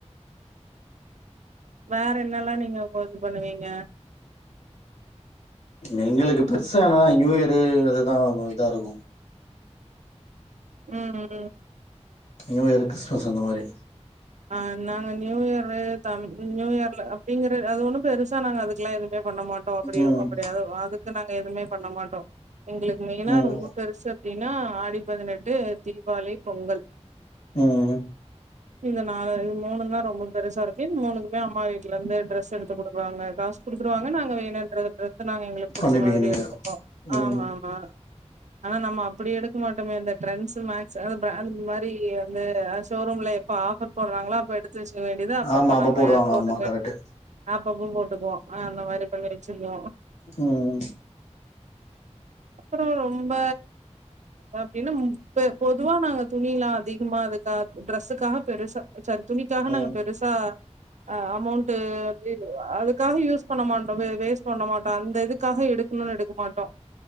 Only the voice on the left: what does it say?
எங்ளுக்கு பெருசா ஆனா நியூ இயரு அதுதா இதா இருக்கு
நியூ இயர் கிறிஸ்மஸ் அந்த மாரி
ம்
ம்
ம் ம்
பண்ணிப்பீங்க
நீங்களே
ம்
ஆமா அப்ப
போடுவாங்க
ஆமா
கரெக்ட்டு
ம்
ம்